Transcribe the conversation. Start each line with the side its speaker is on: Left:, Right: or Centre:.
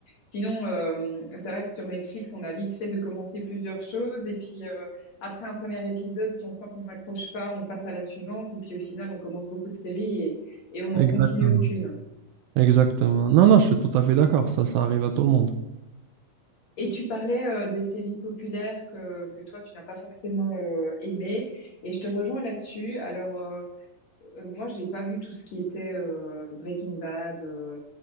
Left: sinon, euh, c'est vrai que sur Netflix, on a vite fait de commencer plusieurs choses, et puis euh, après un premier épisode, si on sent qu'on n'accroche pas, on passe à la suivante, et puis au final, on commence beaucoup de séries et, et on n'en
Right: Exactement.
Left: continue aucune.
Right: Exactement. Non, non, je suis tout à fait d'accord. Ça, ça arrive à tout le monde.
Left: Et tu parlais euh, des séries populaires que, que toi, tu n'as pas forcément euh, aimées. Et je te rejoins là-dessus. Alors, euh, euh, moi, j'ai pas vu tout ce qui était euh, Breaking Bad, euh,